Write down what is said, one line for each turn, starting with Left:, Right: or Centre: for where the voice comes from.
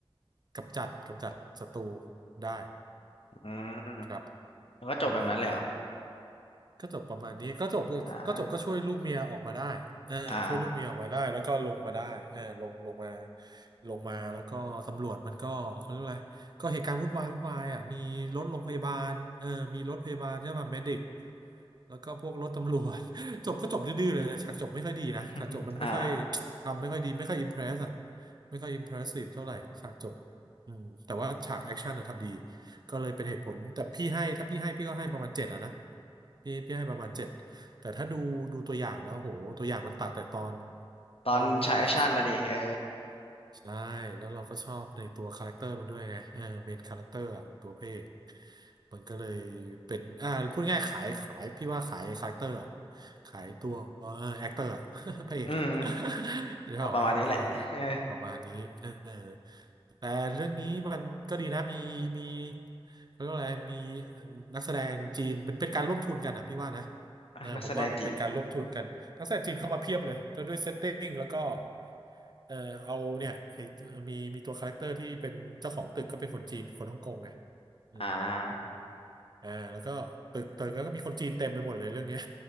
Right: กำจัดกำจัดศัตรูได้
Left: อืม
Right: ครับ
Left: แล้วก็จบแบบนั้นเลยเหรอ
Right: ประมาณนี้ ก็จบประมาณนี้ก็จบก็จบก็ช่วยลูกเมียออกมาได้เออช่วยลูกเมียออกมาได้แล้วก็ลงมาได้เออลงลงมา
Left: อ่าอ่า
Right: ลงมาแล้วก็ตำรวจมันก็เขาเรียกอะไรก็เหตุการณ์วุ่นวายวุ่นวายอ่ะมีรถโรงพยาบาลเออมีรถพยาบาลใช่ป่ะเมดิก แล้วก็พวกรถตำรวจ <laughs> จบก็จบดื้อๆเลยฉากจบไม่ค่อยดีนะฉากจบมันไม่ค่อย
Left: <laughs> อ่า
Right: ทำไม่ค่อยดีไม่ค่อยอิมเพรสอะไม่ค่อยอิมเพรสซีฟเท่าไหร่ฉากจบอืมแต่ว่าฉากแอคชั่นอะทำดีก็เลยเป็นเหตุผลแต่พี่ให้ถ้าพี่ให้พี่ก็ให้ประมาณเจ็ดอะนะพี่พี่ให้ประมาณเจ็ดแต่ถ้าดูดูตัวอย่างแล้วโหตัวอย่างมันตัดแต่ตอน
Left: ตอนฉายแอคชั่นนะดิเออ
Right: เอาเป็นว่าเราก็ใช่แล้วเราก็ชอบในตัวคาแรคเตอร์มันด้วยไงเออเมนคาแรคเตอร์อะตัวพระเอก มันก็เลยเป็นอ่าพูดง่ายๆขายขายพี่ว่าขายคาแรคเตอร์อะขายตัวเออแอคเตอร์อะ <laughs> พระเอกอะ
Left: อืม
Right: <laughs> หรือเปล่าวะเออ
Left: ก็ประมาณนี้แหละ <laughs> เออ
Right: ประมาณนี้เออแต่เรื่องนี้มันก็ดีนะมีมีเขาเรียกว่าอะไรมีนักแสดงจีนมันเป็นการร่วมทุนกันอ่ะพี่ว่านะเออผมว่ามันเป็นการร่วมทุนกันนักแสดงจีนเข้ามาเพียบเลยด้วยด้วยเซตติ้งแล้วก็
Left: นักแสดงจีน
Right: เออเอาเนี่ยไอเอ่อมีมีตัวคาแรคเตอร์ที่เป็นเจ้าของตึกก็เป็นคนจีนคนฮ่องกงไงอืม
Left: อ่า
Right: อ่าแล้วก็ตึกตึกแล้วก็มีคนจีนเต็มไปหมดเลยเรื่องเนี้ย